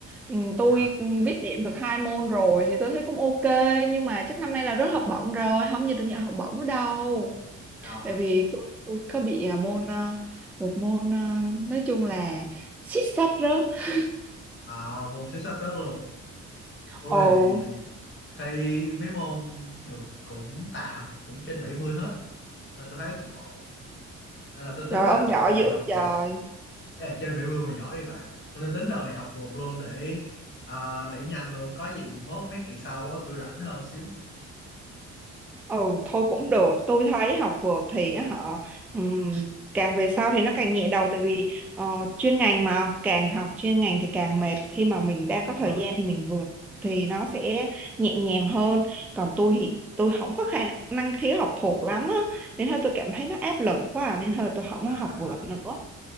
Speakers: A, in the centre; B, on the left (about 40°).
A: Ừ, tôi
B: hả?
A: ừ, biết điểm được hai môn rồi thì tôi thấy cũng ok nhưng mà chắc năm nay là rớt
B: À,
A: học bổng rồi, không nhận được nhận học bổng nữa đâu.
B: rồi
A: Tại vì tôi, tôi có bị à, môn à, một môn à, nói chung là xít xách rớt.
B: à, môn sử sách rớt luôn. Tôi
A: Ồ,
B: thì thi mấy môn được cũng tạm, cũng trên 70 hết nên tôi thấy cũng ổn. Nên là tôi tính
A: trời
B: là
A: ông
B: đợt
A: giỏi
B: này
A: dữ ông
B: học
A: trời.
B: vượt. Ý là trên 70 mà giỏi thì bà. Nên tôi tính đợt này học vượt luôn để à, để nhanh luôn. Có gì mốt mấy kỳ sau á tôi rảnh hơn xíu.
A: ừ thôi cũng được tôi thấy học vượt thì á họ ừm, càng về sau thì nó càng nhẹ đầu tại vì ờ, chuyên ngành mà càng học chuyên ngành thì càng mệt khi mà mình đang có
B: Đúng
A: thời
B: rồi.
A: gian thì mình vượt thì nó sẽ nhẹ nhàng hơn còn tôi thì tôi không có khả năng khiếu học thuộc lắm á nên thôi tôi
B: À,
A: cảm thấy nó áp lực quá à, nên thôi tôi không
B: à.
A: có học vượt nữa